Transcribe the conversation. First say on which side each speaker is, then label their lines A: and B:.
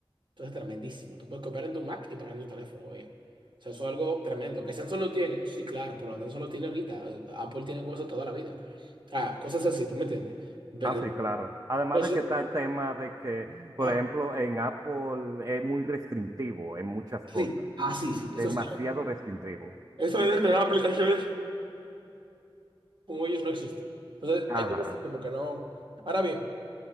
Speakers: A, on the right; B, on the right.
A: Eso es tremendísimo. Tú puedes copiar en tu Mac y pegar en tu teléfono, viejo. O sea, eso es algo tremendo. ¿Que Samsung lo tiene? Sí, claro, pero Samsung lo tiene ahorita. Apple tiene cosas toda la vida. Ah, cosas así, ¿tú me entiendes? verdad
B: así, claro. Además
A: Eso-
B: de que está el tema de que, por
A: ajá,
B: ejemplo, en Apple es muy restrictivo en muchas
A: sí.
B: cosas,
A: Ah, sí, sí. Eso
B: demasiado
A: es
B: restrictivo.
A: Eso de descargar aplicaciones como ellos no existe. Entonces,
B: Ajá,
A: hay cosas que como que no. Ahora bien,